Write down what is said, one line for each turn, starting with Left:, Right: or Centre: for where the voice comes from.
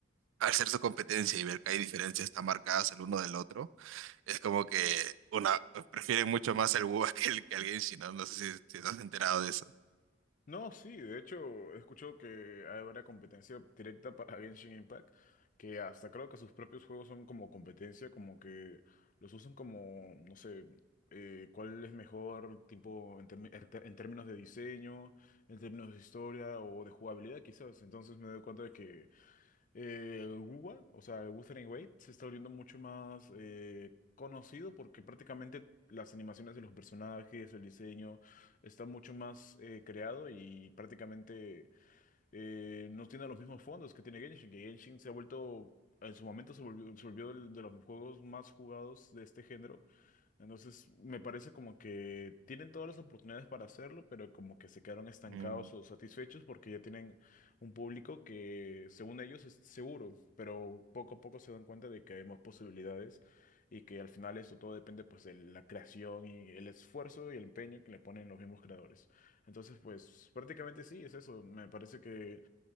Right: al ser su competencia y ver que hay diferencias tan marcadas el uno del otro, es como que una prefieren mucho más el Wu <laughs> que el, que el Genshin, ¿no? No sé si, si estás enterado de eso.
Left: No, sí, de hecho, escucho que habrá competencia directa para <laughs> Genshin Impact, que hasta creo que sus propios juegos son como competencia, como que los usan como, no sé, eh, cuál es mejor, tipo, en, termi- en ter- en términos de diseño, en términos de historia o de jugabilidad, quizás. Entonces me doy cuenta de que eh, Wuwa, o sea, el Wuthering Waves, se está volviendo mucho más eh, conocido porque prácticamente las animaciones de los personajes, el diseño, está mucho más eh, creado y prácticamente eh, no tiene los mismos fondos que tiene Genshin, que Genshin se ha vuelto, en su momento se volvió, se volvió el- de los juegos más jugados de este género entonces, me parece como que tienen todas las oportunidades para hacerlo, pero como que se quedaron estancados
Right: Mm,
Left: o satisfechos porque ya tienen un público que, según ellos, es seguro, pero poco a poco se dan cuenta de que hay más posibilidades y que al final esto todo depende pues de la creación y el esfuerzo y el empeño que le ponen los mismos creadores. Entonces, pues prácticamente sí, es eso. Me parece que